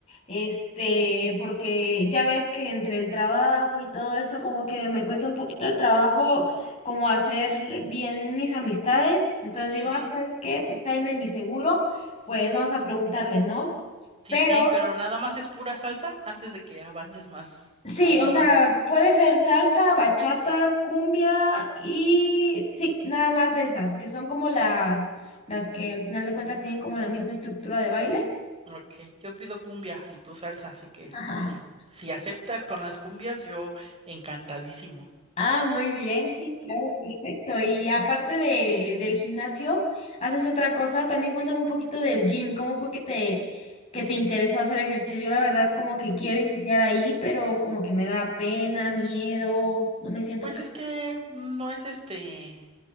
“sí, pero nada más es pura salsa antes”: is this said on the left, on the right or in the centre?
Right